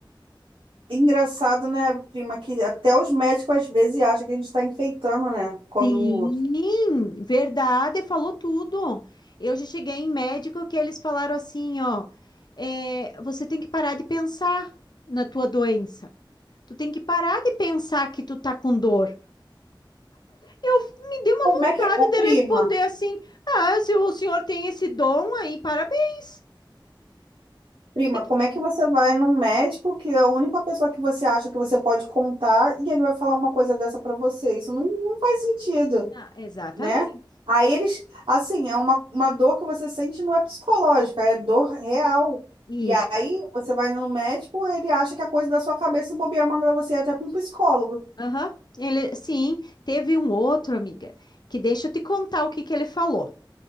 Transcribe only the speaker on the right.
Engraçado, né, prima, que até os médicos às vezes acham que a gente está enfeitando, né? Quando.
Como
é que. Ô,
prima,
prima,
como é que você vai num médico que é a única pessoa que você acha que você pode contar e ele vai falar uma coisa dessa pra você? Isso não, não faz sentido,
né? Aí eles, assim, é uma, uma dor que você sente não é psicológica, é dor real.
E aí você vai no médico, ele acha que é coisa da sua cabeça e bobear manda você ir até para um psicólogo.